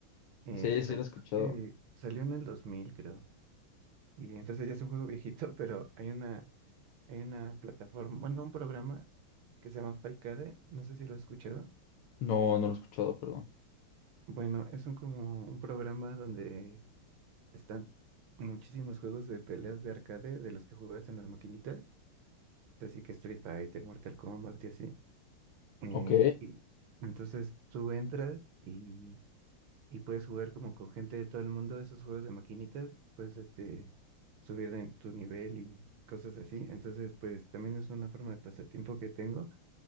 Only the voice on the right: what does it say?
Eh,
sal-
creo que salió en el 2000, creo. Y entonces ya es un juego viejito, <laughs> pero hay una, hay una plataforma, bueno, un programa que se llama Paikade. No sé si lo has escuchado.
Bueno, es un como un programa donde están muchísimos juegos de peleas de arcade de los que juegas en las maquinitas, así que Street Fighter, Mortal Kombat y así. Eh,
y entonces tú entras y, y puedes jugar como con gente de todo el mundo esos juegos de maquinitas, puedes este, subir de tu nivel y cosas así. Entonces, pues también es una forma de pasatiempo que tengo